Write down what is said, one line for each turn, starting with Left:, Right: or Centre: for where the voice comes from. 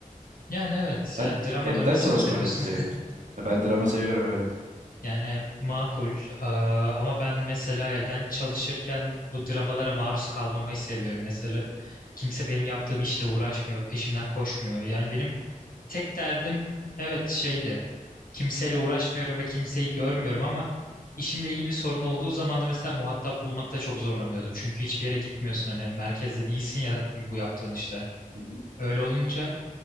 Left: Yani evet,
Right: Sen
Left: yani drama
Right: evden
Left: dönmesini
Right: çalışmak
Left: mi seviyorsun?
Right: mı seviyorsun?
Left: <laughs>
Right: Ya Ben drama seviyorum evet.
Left: Yani makul. Ee, ama ben mesela evden çalışırken bu dramalara maruz kalmamayı seviyorum. Mesela kimse benim yaptığım işle uğraşmıyor, peşimden koşmuyor. Yani benim tek derdim evet şeydi. kimseyle uğraşmıyorum ve kimseyi görmüyorum ama işimle ilgili bir sorun olduğu zaman da mesela muhatap bulmakta çok zorlanıyordum. Çünkü hiçbir yere gitmiyorsun hani merkezde değilsin ya bu yaptığın işte.
Right: Hı hı.
Left: Öyle olunca